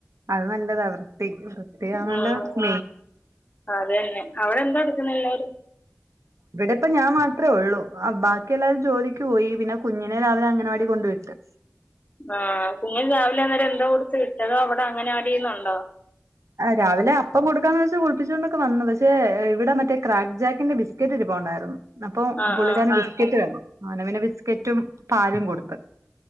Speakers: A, on the right; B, on the left.
A: അത് നല്ലതാ വൃത്തി വൃത്തിയാണല്ലെയി
B: ഉം, അത് തന്നെ അവിടെ എന്തൊ എടുക്കുന്നെ എല്ലാരും
A: ഇവിടെപ്പ ഞാൻ മാത്രേ ഉള്ളു ആ ബാക്കി എല്ലാവരും ജോലിക്ക് പോയി പിന്നെ കുഞ്ഞിനെ രാവിലെ അങ്ങനവാടികൊണ്ട് കൊണ്ട് വിട്ട്
B: ആഹ കുഞ്ഞിനു രാവിലെ അന്നേരം എന്തോ കൊട്ത്ത് വിട്ട് അതൊ അവിടെ അംഗനവാടിന്നുണ്ടോ
A: രാവിലെ അപ്പം കൊടുക്കാന്ന് വെച്ചാ കുളപ്പിച്ചുകൊണ്ടൊക്കെ വന്നു പക്ഷേ ഇവിടെ മറ്റേക്രാക്ക്ക് ജാക്കിന്റെ ബ കെറ്റിരിപ്പ <unintelligible> ഉണ്ടായിരുന്നു അപ്പൊപുള്ളിക്കാരൻ
B: ആ ആ
A: <inaudible> ബിസ്ക്കറ്റ് വേണം അങ്ങനാപ്പിന്നെ ബിസ്കറ്റും പാലും കൊട്ത്ത്